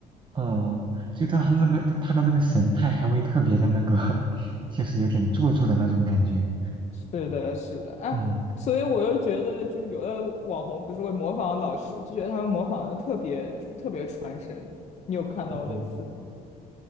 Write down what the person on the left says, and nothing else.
是的，是的，哎，
所以我又觉得就是有的网红不是会模仿老师，我就觉得他们模仿的特别就是特别传神，你有看到类似的吗？